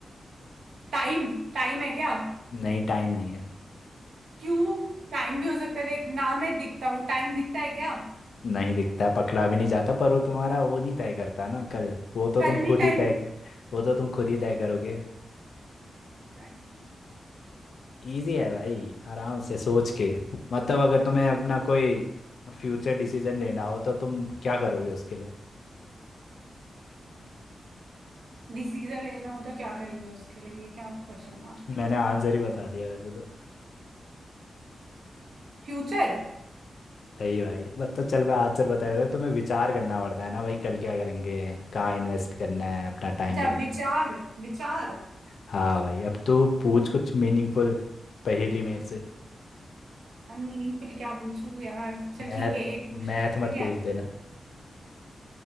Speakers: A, on the right; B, on the left.
A: टाइम टाइम है क्या
B: नहीं टाइम नहीं है
A: क्यों टाइम भी हो सकता है देख ना मैं दिखता हूँ टाइम दिखता है क्या
B: नहीं दिखता है पकड़ा भी नहीं जाता पर वो तुम्हारा वो नहीं तय करता ना कल वो तो
A: कल
B: तुम
A: ही
B: खुद
A: टाइम
B: ही तय कर वो तो तुम खुद ही तय करोगे
A: टाइम
B: इजी है भाई आराम से सोच के मतलब अगर तुम्हें अपना कोई फ्यूचर डिसीजन लेना हो तो तुम क्या करोगे उसके लिए
A: डिसीजन लेना हो तो क्या करेंगे उसके लिए ये क्या क्वेश्चन
B: मैंने आंसर ही बता
A: हुआ
B: दिया वैसे तो
A: फ्यूचर
B: सही है भाई मतलब चल मैं आंसर बता देता हूँ, तुम्हें विचार करना पड़ता है ना भाई कल क्या करेंगे कहाँ इन्वेस्ट करना है अपना टाइम
A: अच्छा
B: वगैरह
A: विचार विचार
B: हाँ भाई अब तू पूछ कुछ मीनिंगफुल पहेली मेरे से
A: आई मीनिंगफुल क्या पूछूं यार चल
B: मैथ
A: ठीक है एक पूछ
B: मैथ
A: ले ठीक
B: मत पूछ
A: है
B: देना